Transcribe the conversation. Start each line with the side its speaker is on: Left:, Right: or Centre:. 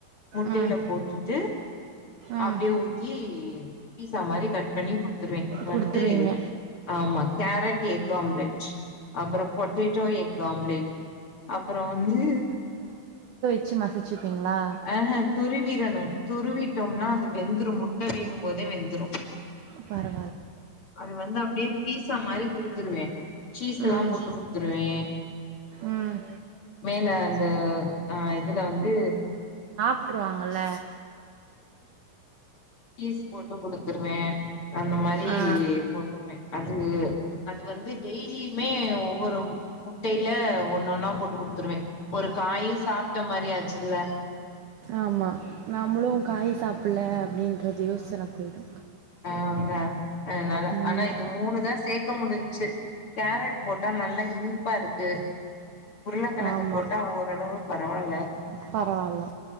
Left: முட்டையில
Right: ம்
Left: போட்டுட்டு
Right: ம்
Left: அப்பிடியே ஊத்தி பீட்சா மாரி கட் <unintelligible> வந்துருவ இங்க
Right: கொடுத்துருவீங்க
Left: வந்து ஆமா கேரட் எக் ஆம்லேட் அப்புறம் பொட்டேட்டோ எக் ஆம்லேட் அப்புறம் வந்து
Right: ச்சு மசிச்சுப் அப்பிடிங்களா
Left: ஆஹ துருவிரணு துருவிட்டோம்னா அது வெந்துரும் முட்ட வேகும் போதே வெந்துரும்
Right: பற
Left: அது வந்து அப்பிடியே பீட்சா மாரி குடுத் துருவே சீஸ் எல்லாம்
Right: ம்.
Left: போட்டு குடுத்துருவே
Right: ம்.
Left: மேல அந்த அஹ் இதுல வந்து
Right: விட்டுருவாங்கள்ல
Left: சீஸ் போட்டு குடுத்துருவே அந்த மாரி
Right: ஆ.
Left: போட்டுருவே அது அது வந்து டெய்லியுமே ஒவ்வொரு முட்டையில ஒன்னு ஒன்னா போட்டுக் குடுத்துருவே ஒரு காயும் சாப்பிட்ட மாரி ஆச்சு இல்ல
Right: ஆமா. நம்மளும் காய் சாப்பிடல அப்டின்னு அந்த யோசன போயிடு
Left: ஆஹன் அதுனால
Right: ம்.
Left: ஆனா இது மூணுதா சேக்க முடிஞ் செரி கேரட் போட்டா நல்லா இனிப்பா இருக்கு உருளக்கெழங்கு
Right: ஆமா.
Left: போட்டா ஓரளவு பரவால்ல
Right: பரவால்ல.